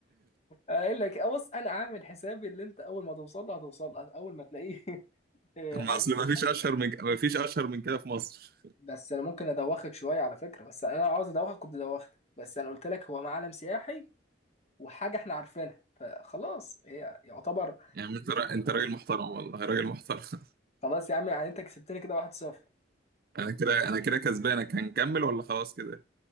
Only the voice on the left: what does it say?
اقول لك بص انا عامل حسابي اللي انت اول ما توصل له هتوصل له اول ما تلاقيه <laughs> آه،
حاجة
سياحية
بس انا ممكن ادوخك شوية على فكرة بس انا لو عاوز ادوخك كنت دوختك بس انا قلت لك هو معلم سياحي وحاجه احنا عارفينها فخلاص هي يعتبر
خلاص يا عم يعني انت كسبتني كده 1-0